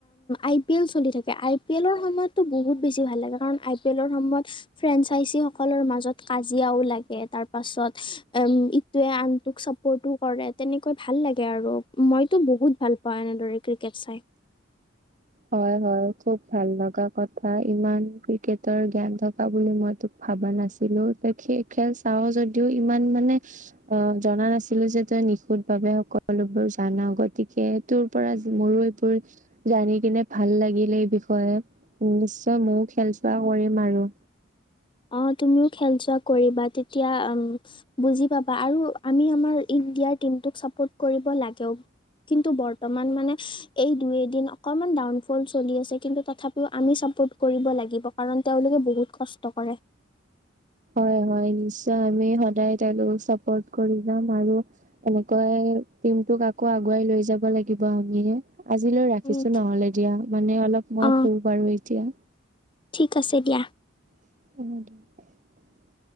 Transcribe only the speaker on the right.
উম হয়-হয় খুব ভাল লগা কথা ইমান ক্ৰিকেটৰ জ্ঞান থকা বুলি মইটো ভাবা নাছিলো তই খেল চাওঁ যদিও ইমান মানে অ জনা নাছিলো যে তই নিশুতভাৱে সকলোবোৰ জান গতিকে তোৰ পৰা মোৰো এইবোৰ জানি কিনে ভাল লাগিল এই বিষয়ে নিশ্চয় ময়ো খেল চোৱা কৰিম আৰু
হয়-হয় নিশ্চয় আমি সদায় তেওঁলোকক চাপৰ্ট কৰি যাম আৰু এনেকৈ টিমটোক আকৌ আগুৱাই লৈ যাব লাগিব আমি আজিলৈ ৰাখিছো
নহলে দিয়া মানে অলপ মই
শু বাৰু এতিয়া।
অ